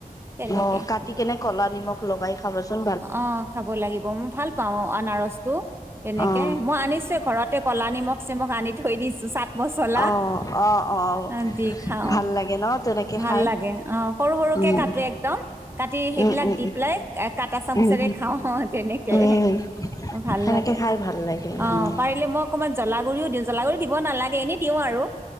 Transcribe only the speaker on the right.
তেনেকে
অৱ খাব লাগিব মই ভাল পাওঁ আনাৰসটো তেনেকে
মই আনিছে ঘৰতে কলা নিমখ চিমখ আনি থৈ দিছোঁ। মচলা
হ দি খাওঁ।
ভাল
লাগে অ সৰু সৰুকে
কাটে এক্দম কাটি সেইবিলাক
দি পেলাই কাট আছা
বুলি।
খা অ তেনেকে,
ভাল
লাগে
অ
পাৰিলে মই অকমান। জলা গুডৰিও দিওঁ জ্বলা গুৰি দিব নালাগে এনেই দিওঁ আৰু,